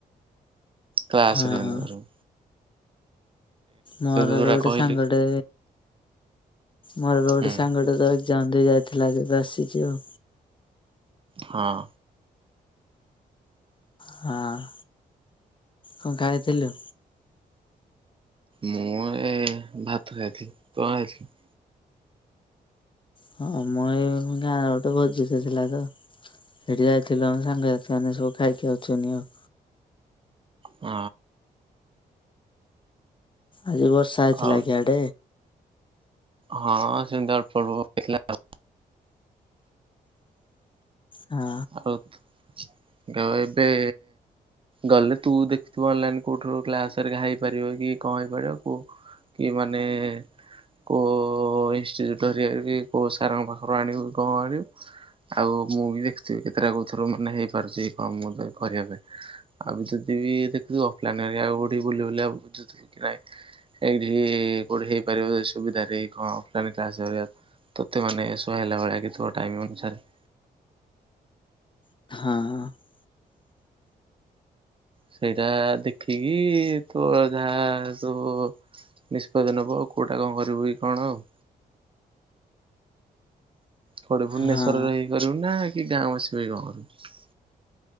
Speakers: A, on the right; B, on the left.
A: କ୍ଲାସ
B: ହଁ
A: ରେ
B: ହଁ
A: ଏନଭା।
B: ମୋର
A: ଯୋଉଟା
B: ଏବେ ଗୋଟେ
A: କହିଲି
B: ସାଙ୍ଗଟେ ମୋର ବି ଗୋଟେ
A: ହୁଁ
B: ସାଙ୍ଗ ତ ଯନ୍ଦି ଯାଇଥିଲା ଯେ ଏବେ ଆସିଛି ଆଉ।
A: ହଁ
B: ହଁ କଁ ଖାଇଥିଲୁ
A: ମୁଁ ଏ ଭାତ ଖାଇଥିଲି ତୁ କଣ ଖାଇଥିଲୁ?
B: ହଁ ମୁଁ ଏ ଗାଁରେ ଗୋଟେ ଭୋଜି ଟେ ଥିଲା ତ ସେଇଠି ଯାଇଥିଲୁମ ସାଙ୍ଗସାଥି ମାନେ ସବୁ ଖାଇକି ଆଉଛନ୍ତିି ଆଉ
A: ହ।
B: ଆଜି ବର୍ଷା ହେଇଥିଲା
A: ଆଉ
B: କିଆଡେ।
A: ହଁ ସେମତି ଅଳ୍ପ ଅଳ୍ପ ପଳେଇଥିଲେ ଆଉ
B: ହଁ
A: ଆଉ ଏବେ? ଗଲେ ତୁ ଦେଖିଥିବୁ ଅନଲାଇନ କୋଉଠୁ କ୍ଲାସ ହେଇ ପାରିବ କି କଣ ହେଇପାରିବ କୋ କି ମାନେ? କେଉଁ ଇନଷ୍ଟିଚ୍ୟୁଟ୍ ଧରିକି କେଉଁ ସାରଙ୍କ ପାଖରୁ ଆଣିବୁ କି କଣ ଆଣିବୁ। ଆଉ ମୁଁ ବି ଦେଖୁଥିବି କେତେଟା କଥର ମାନେ ହେଇପାରୁଛି କଣ ମୁ କରିବା ପାଇଁ। ଆଉ ଯଦି ବି ଦେଖୁଛୁ ଅଫଲାଇନି ବୁ ବୁଲି କି ନାହିଁ। ଏଇଠି କୋଉଠି ହେଇପାରିବ ସୁବିଧାରେ କଣ ଅଫଲାଇନ କ୍ଲାସ ହେରିକା। ତୋତେ ମାନେ ସୁୁଆ ହେଲା ଭଳିଆ କି ଥିବ ଟାଇମ ଅନୁସାରେ
B: ହଁ
A: ସେଇଟା ଦେଖିକି ତୋ ଯାହା ତୁ। ନିଷ୍ପତ୍ତି ନବୁ ଆଉ କେଉଁଟା କଣ କରିବୁ କି କଣ ଆଉ। କୋଉଠି ଭୁବନେଶ୍ୱରରେ
B: ହଁ।
A: ରହି କରିବୁ ନା କି ଗାଁ ବାସିପାଇ କଣ କରିବୁ।